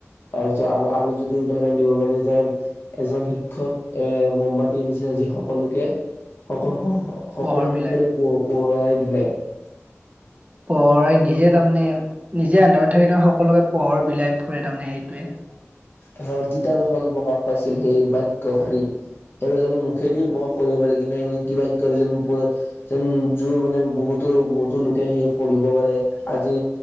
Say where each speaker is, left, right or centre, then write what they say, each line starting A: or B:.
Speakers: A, on the left; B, on the right.
A: তাৰপিছত আৰু আৰু যদি উদাহৰণ দিব পাৰে যে এজন শিক্ষক এ মোম্বাতিৰ নিচিনা যি সকলোকে স সকলো
B: পোহৰ বিলাই
A: সকলো পো পোহৰাই তুলে আ <unintelligible>
B: পঢ়াই নিজে তাৰমানে নিজে আন্দাৰত থাকি সকলোকে পোহৰ বিলাই ফুৰে তাৰমানে সেইটোৱে <inaudible>
A: এ তিতা এখন প্ৰকা পাইছিল সেই বাইক হেৰি সেইব মুখেদিও প্ৰকাশ কৰিব পাৰি কিন্তু কিবাকয় যে যেন জোৰ মানে বহুতো বহুতো লোকে সেই পঢ়িব পাৰে আজি